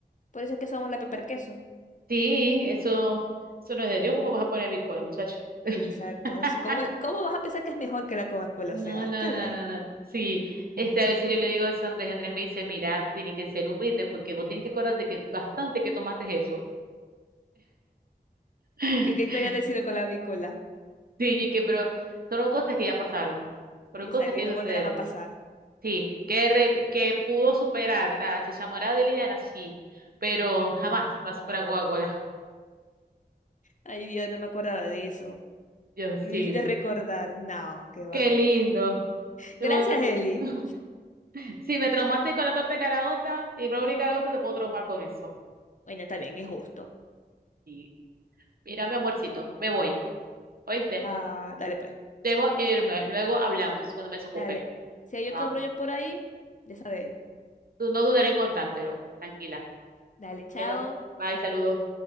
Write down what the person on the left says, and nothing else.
Por eso es que somos la Pepper Queso.
Exacto. O sea, ¿Cómo, cómo vas a pensar que es mejor que la Coca-Cola?
O sea,
¿qué habla?
Que,
que estoy agradecido con la bicola.
Exacto,
y no
volverán a pasar.
Ay, Dios, no me acordaba de eso.
Y me
lo hiciste recordar. No, qué va.
Gracias,
Eli.
Bueno, está bien, es justo.
Ah, dale pues.
Dale. Si hay otro
brollo por ahí, ya sabéis.
Dale, chao.